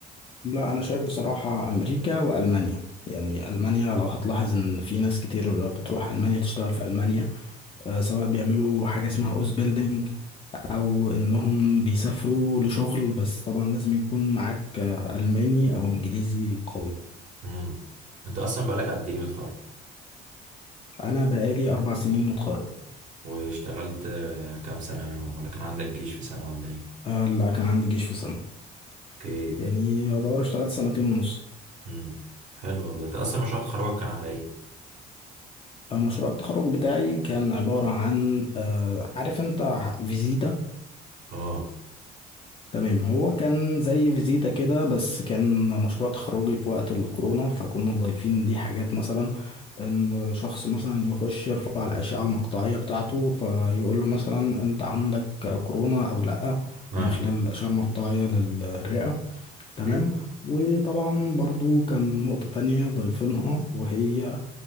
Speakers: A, on the left; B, on the right.
A: لا انا شايف بصراحة امريكا والمانيا يعني المانيا لو هتلاحظ ان في ناس كتير بتروح المانيا تشتغل في المانيا آه، سواء بيعملوا حاجة اسمها اوز بيلدينج او انهم بيسافروا لشغل بس طبعا لازم يكون معاك آه، الماني او انجليزي قوي
B: امم انت اصلا بقالك قد ايه متخرج
A: انا بقالي اربع سنين متخرج
B: واشتغلت آه، كام سنة منهم ولا كان عندك جيش في سنة ولا ايه
A: آه، لا كان عندي جيش في سنة
B: اوكي
A: يعني يعتبر اشتغلت سنتين ونص
B: امم حلو والله انت اصلا مشروع تخرجك كان على ايه
A: آه، مشروع التخرج بتاعي كان عبارة عن آه، عارف انت فيزيتا
B: اه
A: تمام هو كان زي فيزيتا كده بس كان مشروع تخرجي في وقت الكورونا فكنا ضايفين ليه حاجات مثلا ان شخص مثلا يخش يرفع الأشعة المقطعية بتاعته فيقول له مثلا انت عندك كورونا او لا
B: اه
A: من خلال الأشعة المقطعية للرئة تمام
B: اوكي
A: وطبعا برضو كان نقطة تانية ضايفينها وهي